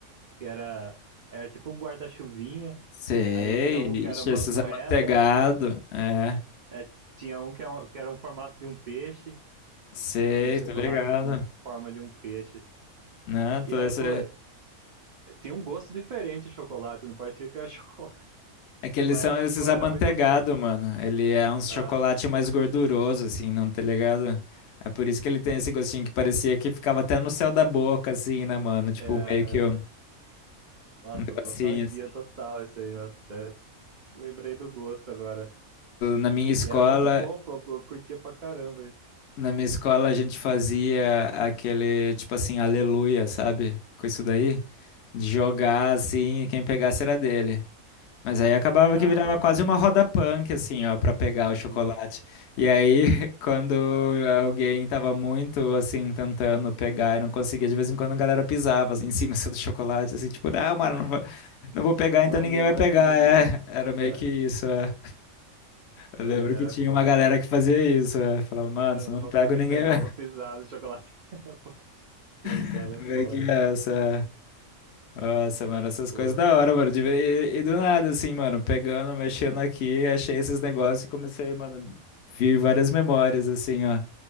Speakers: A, on the right; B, on the left.
A: que era, era tipo um guarda-chuvinha.
B: sei,
A: Aí tinha um
B: ixi,
A: que era umas
B: esses
A: moedas,
B: amanteigados. É,
A: é, tinha um que era, um- que era um formato de um peixe,
B: sei,
A: um chocolate
B: tô ligado.
A: com forma de um peixe.
B: Né? Tô
A: E era,
B: esse...
A: pô, Tinha um gosto diferente de chocolate, não parecia que era <laughs> chocolate.
B: É que eles
A: Mas
B: são
A: era,
B: esses
A: pô,
B: amanteigados,
A: era muito bom.
B: mano. Ele é um chocolate
A: Ah,
B: mais gorduroso, assim, não tá ligado? É por isso que ele tem esse gostinho que parecia que ficava até no céu da boca, assim, né, mano? Tipo,
A: é,
B: meio que um
A: é. Nossa,
B: um negocinho.
A: nostalgia
B: assim.
A: total isso aí. Nossa. Lembrei do gosto agora.
B: Na minha escola,
A: E era muito bom, pô, eu curtia pra caramba isso.
B: na minha escola a gente fazia aquele, tipo assim, aleluia, sabe? Com isso daí, de jogar assim, e quem pegasse era dele. Mas aí acabava
A: Ah,
B: que virava quase
A: é,
B: uma roda punk, assim, ó, pra pegar o chocolate.
A: sim.
B: E aí, <laughs> quando alguém tava muito, assim, tentando pegar e não conseguia, de vez em quando a galera pisava assim, em cima <laughs> assim, do chocolate, assim, tipo, ah, mano,
A: Pô, <laughs>
B: não vou, não vou pegar,
A: não
B: então
A: é
B: ninguém
A: meu,
B: vai
A: não
B: pegar,
A: é de ninguém.
B: é. Era meio
A: É,
B: que isso, é. Eu
A: pô,
B: lembro
A: galera,
B: que tinha
A: é foda,
B: uma galera
A: né?
B: que fazia isso. é. Falava, mano,
A: Eu
B: se
A: não
B: eu não
A: vou
B: pego
A: conseguir
B: ninguém.
A: pegar, vou pisar no chocolate. <laughs> Pô, cansado
B: <laughs>
A: é
B: vai
A: foda.
B: que essa. Nossa, mano, essas
A: Pô.
B: coisas da hora, mano. de ver- E, e do nada, assim, mano, pegando, mexendo aqui, achei esses negócios e comecei, mano, vir várias memórias, assim, ó,